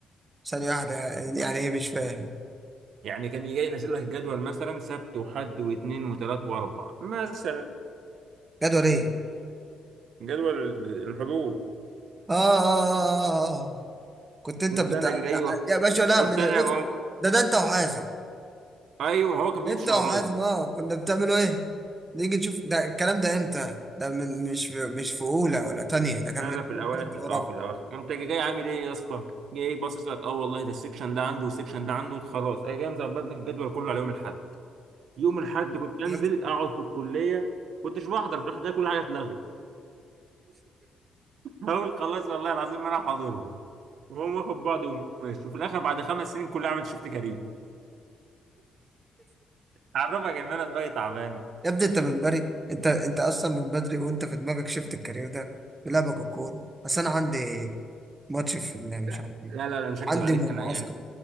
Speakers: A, on the right (about 25°); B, on the right (about 65°).
A: ثانية واحدة يعني يعني ايه مش فاهم
B: يعني كان يجي ينزل لك الجدول مثلا سبت وحد واثنين وثلاث واربع مثلا
A: جدول ايه؟
B: جدول الحضور
A: آه آه, آه, آه, آه آه. كنت انت
B: كنت
A: بتاع
B: انا جاي واخ-
A: يا باشا لا
B: كنت
A: من
B: انا
A: الاسم
B: و-
A: ده ده انت وحازم
B: ايوه هو كان بيمشي
A: انت وحازم
B: ورايا
A: اه كنا بتعملوا ايه؟ نيجي نشوف ده الكلام ده امتى؟ ده من مش في مش في اولى ولا تانية ده كان
B: لا
A: من
B: لا في الاواخر
A: انت ورابعة
B: اه في الاواخر انت جاي عامل ايه يا اسطى جاي باصص لك اه والله ده السكشن ده عنده والسكشن ده عنده خلاص اي جاي مظبط لك الجدول كله على يوم الاحد يوم الاحد كنت انزل
A: <laughs>
B: اقعد في الكليه كنتش بحضر في الاخر ده كل حاجه اتلغت <laughs> اقول خلاص والله العظيم ما انا حاضرهم وهم واخد بعض وماشي وفي الاخر بعد خمس سنين كلها عملت شفت كارير اعرفك ان انا دماغي تعبان
A: يا ابني انت من بري انت انت اصلا من بدري وانت في دماغك شفت الكارير ده في لعبك الكورة بس انا عندي ماتش في ال- مش
B: لا
A: عارف ايه
B: لا لا لا، مش هكدب
A: عندي
B: عليك
A: معسكر
B: انا يعني